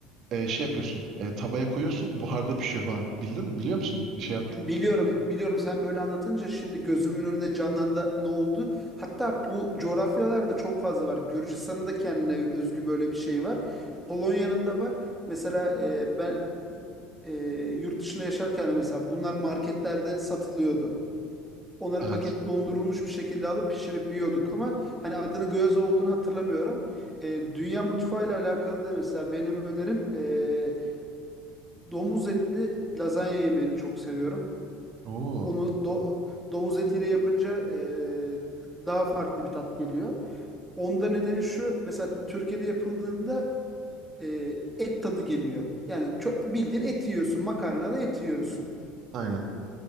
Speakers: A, on the right; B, in the centre.
A: e, şey yapıyorsun. e, tavaya koyuyorsun. Buharda pişiyor falan. Bildin mi? Biliyor musun? Bir şey yaptın.
B: bi- biliyorum biliyorum sen böyle anlatınca şimdi gözümün önünde canlandı ne oldu? Hatta bu coğrafyalarda çok fazla var. Gürcistan'ın da kendine özgü böyle bir şey var. Polonya'nın da var. Mesela e, ben e, yurt dışında yaşarken de mesela bunlar marketlerde satılıyordu. Onları
A: Evet.
B: paketli dondurulmuş bir şekilde alıp pişirip yiyorduk. Ama hani adını gyoza olduğunu hatırlamıyorum. E, dünya mutfağıyla alakalı da mesela benim önerim e, domuz etli lazanya yemeğini çok seviyorum.
A: Oo.
B: Onu do- domuz etiyle yapınca e, daha farklı bir tat geliyor. Onda nedeni şu mesela Türkiye'de yapıldığında e, et tadı geliyor. Yani çok, bildiğin et yiyorsun makarnalı et yiyorsun.
A: Aynen.